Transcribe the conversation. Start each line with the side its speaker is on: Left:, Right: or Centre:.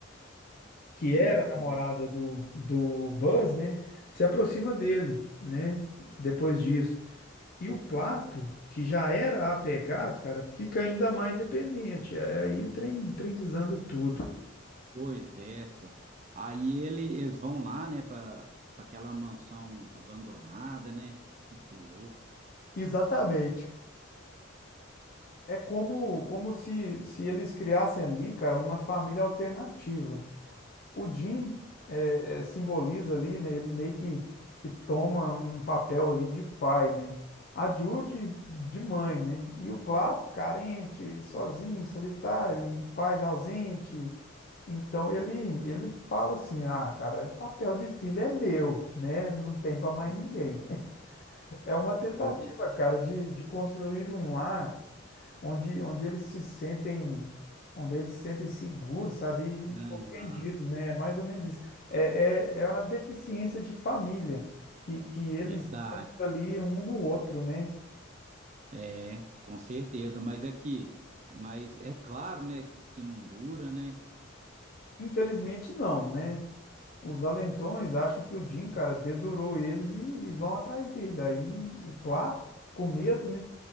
Left: que
Right: Uhum.
Left: era a namorada do, do Buzz, né, se aproxima dele, né, depois disso. E o Plato, que já era apegado, cara, fica ainda mais dependente. É, aí o trem, trem desanda tudo.
Right: Pois é, só. Aí ele, eles vão lá, né, para aquela mansão abandonada, né? Muito louco.
Left: Exatamente. É como, como se, se eles criassem ali, cara, uma família alternativa. O Jim é, é, simboliza ali, né? Ele meio que, que toma um papel ali de pai, né? A Judy de mãe, né? E o Plato, carente, sozinho, solitário, pais ausente. Então ele ele fala assim: "Ah, cara, papel de filho é meu, né? Não tem para mais
Right: Uhum.
Left: ninguém". <laughs> É uma tentativa,
Right: Pois,
Left: cara, de, de construir um lar onde onde eles se sentem onde eles se sentem seguros, sabe?
Right: é,
Left: E
Right: aham,
Left: compreendidos, né? É mais ou menos isso. É, é, é a deficiência de família que que eles
Right: verdade.
Left: encontram ali um no outro, né?
Right: É, com certeza, mas é que, mas é claro, né, que que não dura, né?
Left: Infelizmente não, né? Os valentões acham que o Jim, cara, dedurou eles e, e vão atrás dele. Aí o Plato, com medo, né,